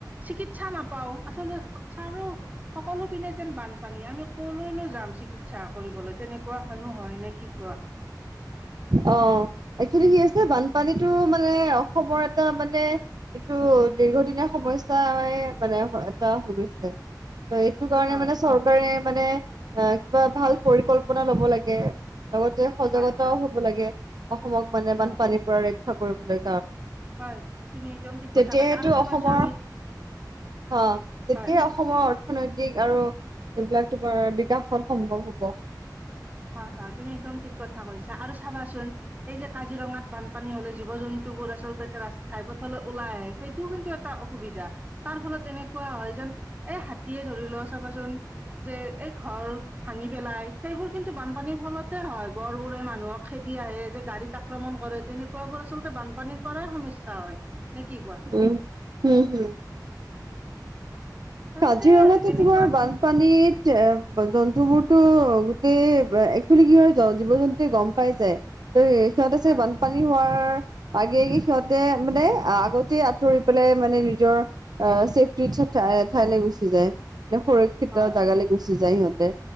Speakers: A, on the right; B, on the right.
A: চিকিৎসা নাপাওঁ, আচলতে চাৰিও সকলো পিনে যেন বানপানী আমি কলৈনো যাম চিকিৎসা কৰিবলৈ তেনেকুৱা হেনো হয় নে কি কোৱা?
B: অ' একচুৱেলি কি হৈছে বানপানীতটো মানে অসমৰ এটা মানে এইটো টো দীৰ্ঘদিনীয়া সমস্যা মানে এটা হৈ গৈছে। এইটো কাৰণে
A: হয়
B: মানে চৰকাৰে মানে অ' কিবা ভাল পৰিকল্পনা ল'ব লাগে, লগতে সজাগতাও
A: হয় হয়
B: হ'ব লাগে। অসমক মানে
A: হয়
B: বানপানীৰ পৰা ৰক্ষা কৰিবলৈ।
A: হয় তুমি একদম ঠিক কথা
B: তেতিয়াহেটো
A: কৈছা আৰু
B: অসমৰ
A: চাবাচো আমি
B: অ' তেতিয়াই
A: হয়
B: অসমৰ অৰ্থনৈতিক আৰু এইবিলাক তোমাৰ বিকাশত সম্ভৱ হ'ব।
A: হয়, হয়, তুমি একদম ঠিক কথা কৈছা আৰু চাবাচোন এই যে কাজিৰঙাত বানপানী হ'লে জীৱ-জন্তুবোৰ আচলতে ঘাইপথলৈ ওলাই আহে, সেইটোও কিন্তু এটা অসুবিধা তাৰ ফলত এনেকুৱা হয় যেন এই হাতীয়ে ধৰি লোৱা চাবাচোন যে এই ঘৰ ভাঙি পেলাই সেইবোৰ কিন্তু বানপানীৰ ফলতে হয় গড় বোৰে মানুহক খেদি আহে, যে গাড়ীত আক্ৰমণ কৰে তেনেকুৱাবোৰ আচলতে বানপানীৰ পৰাই সমস্যা হয়। নে কি কোৱা
B: উম, হম হম।
A: <unintelligible> আচলতে
B: কাজিৰঙা তোমাৰ
A: এনেকুৱা
B: বানপানীত এ জন্তুবোৰতো গোটেই একচুৱেলি কি হয় জীৱ- জন্তুয়ে গম পাই যায়। সিহঁতে
A: হয়
B: চাগে বানপানী হোৱাৰ আগে আগে সিহঁতে মানে আগতে আঁতৰি পেলাই মানে নিজৰ ছেফটিৰ ঠাইলৈ গুচি যায়। সুৰক্ষিত
A: হয়
B: জেগালৈ গুচি যায় সিহঁতে।